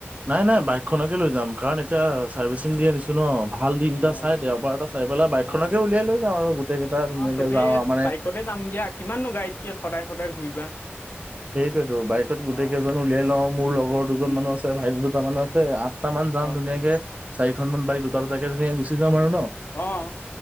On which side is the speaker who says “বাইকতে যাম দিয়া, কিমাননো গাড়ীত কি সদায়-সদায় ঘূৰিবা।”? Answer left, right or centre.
Left